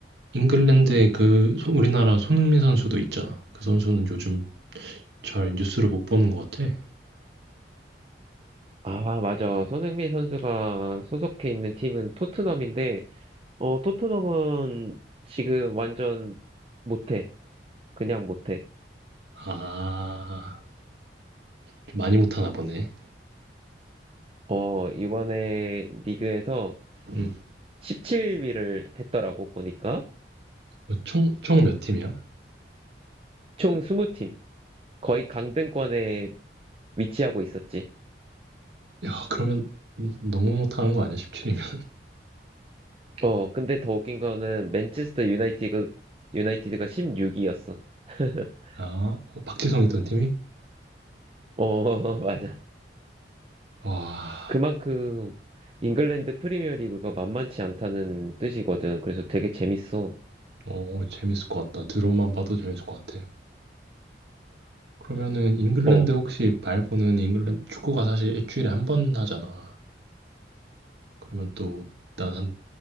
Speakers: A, on the right; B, on the right.
A: 잉글랜드에
B: 응.
A: 그 소- 우리나라 손흥민 선수도 있잖아. 그 선수는 요즘 잘 뉴스를 못 보는 것 같아.
B: 아, 맞아. 손흥민 선수가 소속해 있는 팀은 토트넘인데, 어, 토트넘은 지금 완전 못해. 그냥 못해.
A: 아. 좀 많이 못 하나 보네.
B: 어, 이번에 리그에서
A: 음.
B: 17위를 했더라고, 보니까.
A: 어 총 총 몇 팀이야?
B: 총 20팀. 거의 강등권에 위치하고 있었지.
A: 야, 그러면 너무 못하는 거 아니야? 17이면.
B: 어, 근데 더 웃긴 거는 맨체스터 유나이티드, 유나이티드가 16위였어. <laughs>
A: 아, 어, 박지성 있던 팀이?
B: 어, <laughs> 맞아.
A: 와,
B: 그만큼 잉글랜드 프리미어리그가 만만치 않다는 뜻이거든. 그래서 되게 재밌어.
A: 어, 어, 재밌을 것 같다. 들어만 봐도 재밌을 것 같아. 그러면은 잉글랜드
B: 어,
A: 혹시 말고는 잉글랜드 축구가 사실 일주일에 한 번 하잖아. 그러면 또 난 한